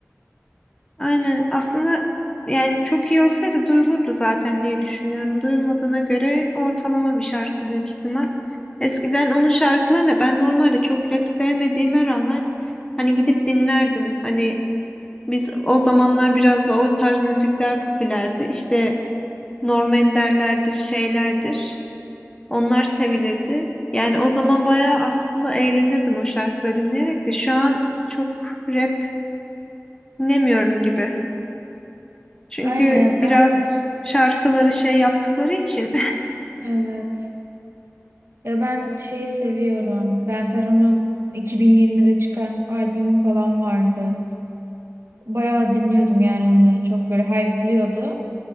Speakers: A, on the left; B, on the right.
A: Aynen aslında yani çok iyi olsaydı duyulurdu zaten diye düşünüyorum. Duyulmadığına göre ortalama bir şarkı büyük ihtimal. Eskiden onun şarkılarını ben normalde çok rap sevmediğime rağmen hani gidip dinlerdim. Hani biz o zamanlar biraz da o tarz müzikler popülerdi. İşte Norm Ender'lerdir, şeylerdir. Onlar sevilirdi. Yani o zaman bayağı aslında eğlenirdim o şarkıları dinleyerek de şu an çok rap dinlemiyorum gibi. Çünkü
B: Aynen ya
A: biraz
B: ben
A: şarkıları şey yaptıkları için. <laughs>
B: evet Ya ben şeyi seviyorum. Ben Fero'nun 2020'de çıkan albümü falan vardı. Bayağı dinliyordum yani onları. Çok böyle hype'lıyordu.